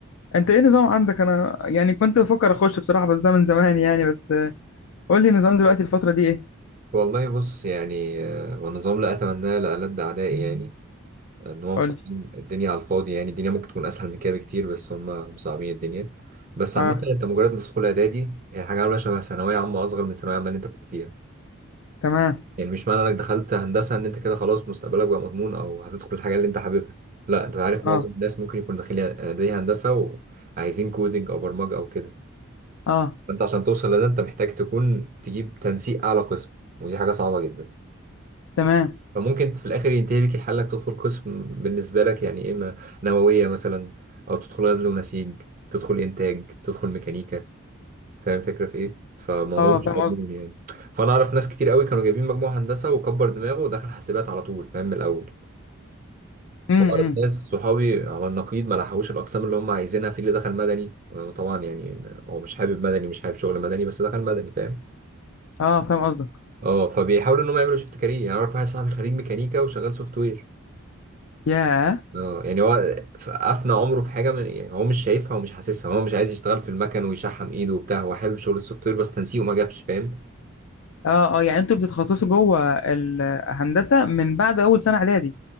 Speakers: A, on the left (about 65°); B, on the right (about 40°).
A: انت ايه نظام عندك انا يعني كنت بفكر اخش بصراحه بس ده من زمان يعني بس قول لي نظام دلوقتي الفترة دي ايه؟
B: والله بص يعني آه، والنظام لا اتمناه لألد اعدائي يعني آه، ان هم
A: قول
B: مصعبين
A: لي
B: الدنيا على الفاضي يعني الدنيا ممكن تكون اسهل من كده بكتير بس هم مصعبين الدنيا بس
A: اه
B: عامة انت مجرد ما تدخل اعدادي هي حاجة عاملة شبه ثانوية عامة اصغر من الثانوية عامة اللي انت كنت فيها
A: تمام
B: يعني مش معنى انك دخلت هندسة ان انت كده خلاص مستقبلك بقى مضمون او هتدخل الحاجة اللي انت حاببها لا انت عارف
A: اه
B: معظم الناس ممكن يكون داخلين اعدادي هندسة وعايزين كودينج او برمجة او كده
A: اه
B: انت عشان توصل لده انت محتاج تكون تجيب تنسيق اعلى قسم ودي حاجه صعبه جدا
A: تمام
B: فممكن في الاخر ينتهي بيك الحل انك تدخل قسم بالنسبه لك يعني اما نوويه مثلا او تدخل غزل ونسيج تدخل انتاج تدخل ميكانيكا فاهم الفكره في ايه فالموضوع
A: اه
B: مش
A: فاهم
B: مضمون
A: قصدك
B: يعني فانا اعرف ناس كتير قوي كانوا جايبين مجموع هندسه وكبر دماغه ودخل حاسبات على طول فاهم من الاول
A: امم
B: واعرف
A: إمم.
B: ناس صحابي على النقيض ما لحقوش الاقسام اللي هم عايزينها في اللي دخل مدني وطبعا يعني هو مش حابب مدني مش حابب شغل مدني بس دخل مدني فاهم
A: اه فاهم قصدك
B: اه فبيحاولوا ان هم يعملوا شيفت كارير يعني اعرف واحد صاحبي خريج ميكانيكا وشغال سوفت وير
A: ياه
B: اه يعني هو ف- افنى عمره في حاجه من يعني هو مش شايفها ومش حاسسها هو مش عايز يشتغل في المكن ويشحم ايده وبتاع هو حابب شغل السوفت وير بس تنسيقه ما جابش فاهم
A: اه اه يعني انتوا بتتخصصوا جوه الهندسة من بعد اول سنة اعدادي